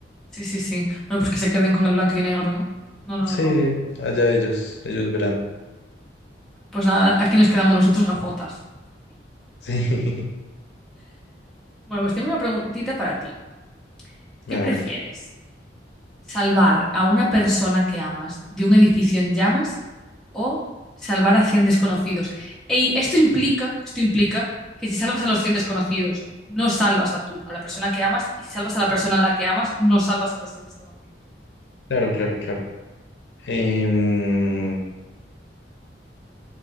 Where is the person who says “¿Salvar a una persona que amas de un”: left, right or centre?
Centre